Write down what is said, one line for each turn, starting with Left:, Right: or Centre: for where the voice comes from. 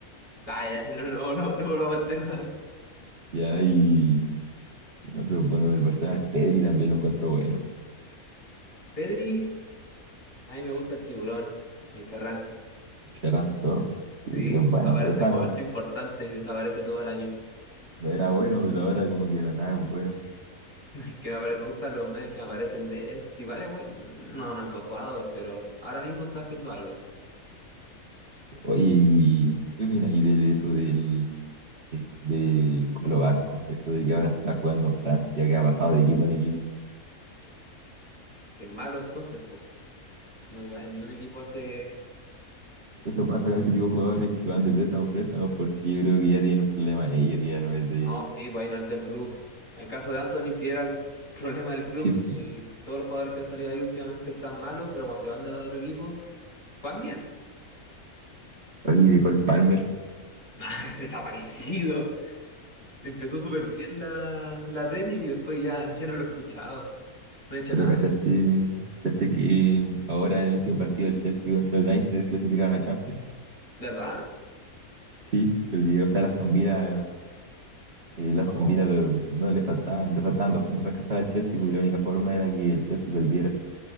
Left: Ah, ya, no, no, no, no volvamos al tema.
Right: Ya, y en otro bueno del personal, Pedri también lo encuentro bueno.
Left: Pedri, a mí me gusta el tiburón, el Ferran.
Right: Ferran Torres,
Left: Sí,
Right: y es bueno.
Left: aparece
Right: O sea,
Left: en momentos
Right: no,
Left: importantes, desaparece todo el año.
Right: no era bueno, pero ahora como que de la nada es bueno.
Left: <laughs> Que me, apare- me gustan los memes que me aparecen de él. Si vale, bueno, no, no fue jugador, pero ahora mismo está haciendo algo.
Right: Oye, ¿y qué opinas ahí de eso del, del- de Colo Barco? Eso de que ahora está jugando en Francia, que ha pasado de equipo en equipo.
Left: Que es malo entonces, pues. No, ga- ningún equipo hace...
Right: Eso pasa con ese tipo de jugadores que van de préstamo en préstamo porque yo creo que ya tienen un problema ellos, ya no es de...
Left: No, sí, pues ahí no es del club. En el caso de Anthony, sí era <laughs> problema del club.
Right: Sí,
Left: Si todos los jugadores que han salido ahí últimamente están malos, pero cuando se van de otro equipo, juegan bien.
Right: oye, y de Cole Palmer.
Left: Nah, <laughs> es desaparecido. Empezó súper bien la, la Premier y después ya, ya no lo he escuchado. No he hecho
Right: Pero
Left: nada.
Right: cachaste, cachaste que ahora en el último partido del Chelsea contra el United clasificaron a Champions.
Left: ¿De ¿Verdad?
Right: Sí, perdieron, o sea, el Aston Villa, eh, el Aston
Left: ¿Cagó?
Right: Villa lo- no le faltaban, le faltaban dos puntos para alcanzar al Chelsea, pues, y la única forma era que el Chelsea perdiera.